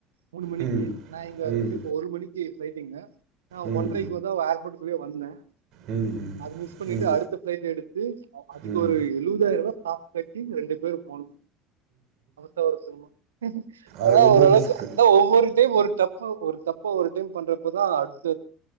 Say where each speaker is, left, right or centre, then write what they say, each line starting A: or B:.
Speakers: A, on the right (about 85°); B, on the right (about 60°).
A: மூணு மணிக்கு
B: ம்
A: நை க
B: ம் ம்
A: ரெண்டு ஒரு மணி ஜி போய்ட்டிங்களா நான்
B: ம்
A: ஒண்ரைக்கு‌ வந்த ஏற்போட்டு இப்டியே வந்தேன்
B: ம் ம்
A: அது மிஸ் பண்ணிட்டு
B: ம்
A: அடுத்த பிளைட் எடுத்து அதுக்கு
B: ம்
A: ஒரு எழுவதாயிரம் ரூபா சாப்ப கட்டி ரெண்டு பேர் போகணும் ஆட்டோ வர சொல்லுமா அதான்
B: அது ரொம்ப
A: ஓரளவுக்கு
B: ரிஸ்க்
A: அதான் ஒவ்வொரு டைம் ஒரு அப்ப ஒரு தப்ப ஒரு டீம் பண்றப்போதான் அடு